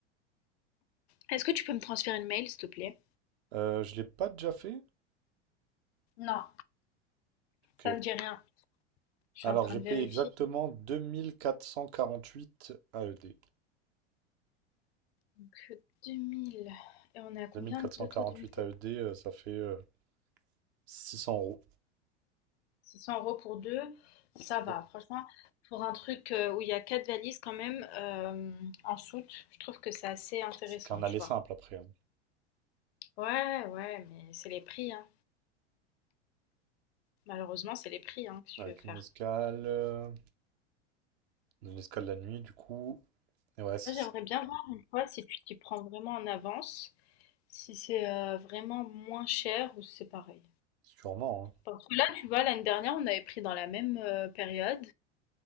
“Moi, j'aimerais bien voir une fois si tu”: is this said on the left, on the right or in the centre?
Left